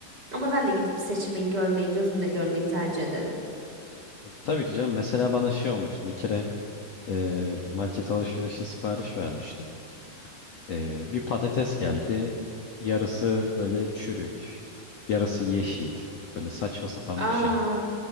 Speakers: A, on the right; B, on the left.
A: Ama ben de gidip seçmeyi, görmeyi, gözümle görmeyi tercih ederim.
B: Tabii ki canım. Mesela bana şey olmuştu. Bir kere e, market alışverişi sipariş vermiştim. E, bir patates geldi. Yarısı böyle çürük, yarısı yeşil. Böyle saçma sapan
A: Aa
B: bir şey.